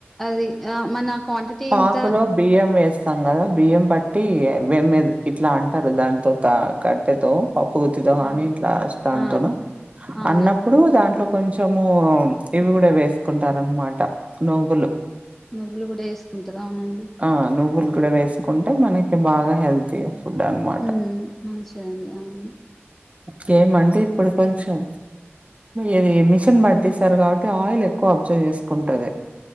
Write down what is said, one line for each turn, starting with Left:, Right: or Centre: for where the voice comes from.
Centre: అది ఆ! మన క్వాంటిటీ
Right: పాకులో
Centre: ఇంత
Right: బియ్యం వేస్తాం గదా బియ్యం బట్టి వెమ్ ఇట్లా అంటారు దాంతో త కట్టెతో పప్పు గుత్తితో
Centre: ఆ
Right: గానీ ఇంట్లాష్టాంతోను
Centre: ఆ! అవునండి
Right: అన్నప్పుడు దాంట్లో కొంచము ఇవి కూడా వేసుకుంటారనమాట నవ్వులు
Centre: నువ్వులు కూడా వేసుకుంటుందా అవునండి
Right: ఆ నువ్వులు కూడా వేసుకుంటే మనకి బాగా హెల్తీ ఫుడ్డే అన్ మా
Centre: మ్ మంచిదండి అవును
Right: కేమంటే ఇప్పుడు కొంచెం ఇది మిషన్ పట్టిస్తారు కాబట్టి ఆయిల్ ఎక్కువ అబ్జర్వ్ జేసుకుంటది